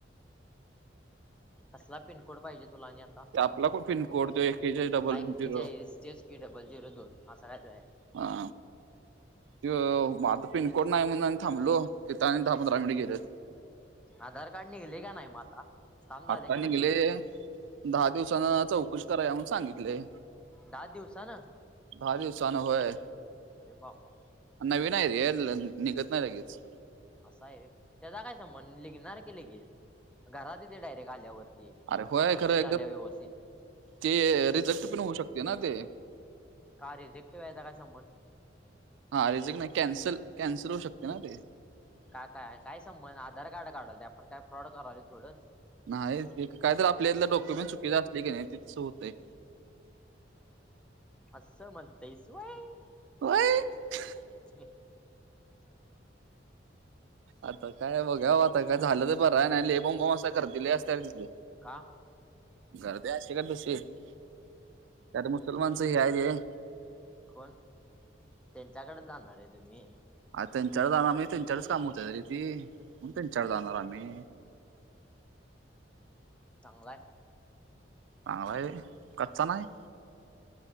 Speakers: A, in the centre; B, on the right.
A: कसला पिनकोड पाहिजे तुला आणि यात.
B: ते आपला कोड पिनकोड तो एकेचाळीस डबल
A: एकटेचाळीस
B: झिरो.
A: तेच की, डबल झिरो दोन असा काही तरी आहे.
B: हा. त्यो म आता पिनकोड नाही म्हणून आणि थांबलो तिथ आणि दहा पंधरा मिनिट गेल.
A: आधार कार्ड निघले का नाही म आता. काम झाले
B: आता
A: का
B: नीघले
A: नाही ते
B: दहा दिवसान चौकशी करा या म्हनून सांगितलय.
A: दहा दिवसानं
B: दहा दिवसांन व्हय.
A: अरे बाबा
B: नवीन आहे रे निघत नाही लगेच.
A: असं आहे व्हय, त्याचा काय संबंध निघणार की लगेच घरात येते डायरेक्ट आल्यावरती.
B: अरे होय
A: प्रोसेस
B: खरंय
A: झाल्या
B: तर,
A: व्यवस्थित
B: ते रिजेक्ट पण होऊ शकते ना ते.
A: का रिजेक्ट व्हायचा काय संबंध.
B: हा रिजेक्ट नाही कॅन्सल कॅन्सल होऊ शकते ना ते.
A: का काय काय संबंध आधार कार्ड काढायल तो आपण काय फ्रॉड करायलो थोडंच.
B: नाही काय तर आपल्यातल डॉक्युमेंट चुकीच असले की नाही की तसं होतंय.
A: असं म्हणतईस वय.
B: व्हय.
A: ह.
B: आता काय बघाव आता काय झालं तर बरं आहे नाही ले बॉम बॉम असं करतील लइ असत तिथल.
A: का?
B: गर्दी असते गा नुसती त्यात मुसलमानच एरिया आहे.
A: कोण त्यांच्याकड जाणार आहे तुम्ही.
B: आ त्यांच्याकडं जाणार म्हणजे त्यांच्याकडच काम होतात र ती म्हणून त्यांच्याकड जाणार आम्ही.
A: चांगलाय.
B: व्हय कच्चा नाही.